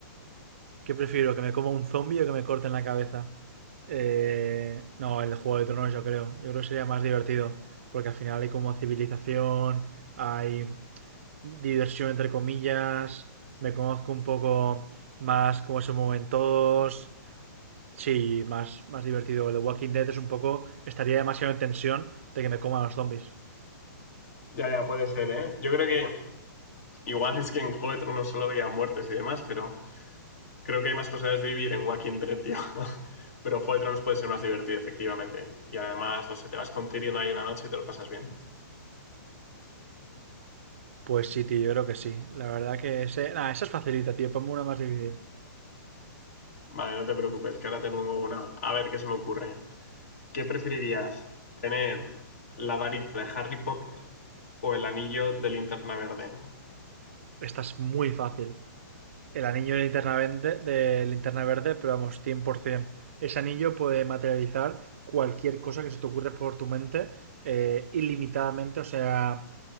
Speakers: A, on the right (about 40°); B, on the left (about 50°).
A: ¿Qué prefiero? ¿Que me coma un zombie o que me corten la cabeza? Eh, no, el de Juego de Tronos yo creo. Yo creo que sería más divertido. Porque al final hay como civilización, hay diversión entre comillas, me conozco un poco más cómo se mueven todos. Sí, más, más divertido. El de Walking Dead es un poco... Estaría demasiado en tensión de que me coman los zombies.
B: Ya, ya, puede ser, ¿eh? Yo creo que igual es que en Juego de Tronos solo veía muertes y demás, pero Creo que hay más posibilidades de vivir en Walking Dead, tío. <laughs> Pero Juego de Tronos puede ser más divertido, efectivamente. Y además, no sé, te vas con Tyrion ahí una noche y te lo pasas bien.
A: Pues sí, tío, yo creo que sí. La verdad que ese... Nah, esa es facilita, tío. Ponme una más difícil.
B: Vale, no te preocupes, que ahora te pongo una. A ver, ¿qué se me ocurre? ¿Qué preferirías? ¿Tener la varita de Harry Potter o el anillo de linterna verde?
A: Esta es muy fácil. El anillo de linterna verde, de linterna verde, pero vamos, 100%. Ese anillo puede materializar cualquier cosa que se te ocurra por tu mente eh, ilimitadamente, o sea,